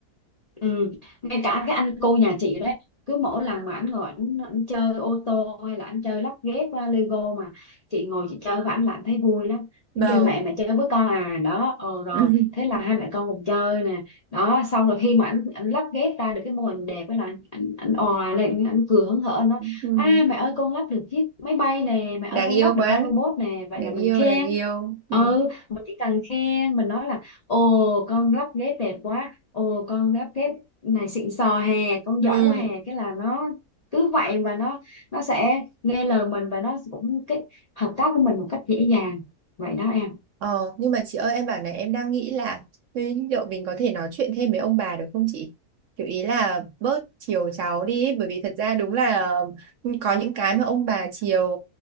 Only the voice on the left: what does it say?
Ừ. Ngay cả cái anh cu nhà chị đấy cứ mỗi lần mà ảnh ngồi ảnh ảnh chơi ô tô hay là ảnh chơi lắp ghép uh, Lego mà chị ngồi chị chơi với ảnh là ảnh thấy vui lắm
ảnh kêu mẹ mẹ chơi với con à đó ờ rồi
thế là hai mẹ con cùng chơi nè đó xong rồi khi mà ảnh ảnh lắp ghép ra được cái mô hình đẹp ấy là ảnh ảnh òa lên ảnh cười hớn hở ảnh nói
à mẹ ơi con lắp được chiếc máy bay nè mẹ ơi
con
lắp được
con robot nè vậy
là mình
khen
ừ mình chỉ cần khen mình nói là ồ con lắp ghép đẹp quá Ồ con đáp kép này xịn sò hè con
giỏi quá hè cái là nó cứ vậy và nó nó sẽ nghe lời mình và nó cũng cái hợp tác của mình một cách dễ dàng vậy đó em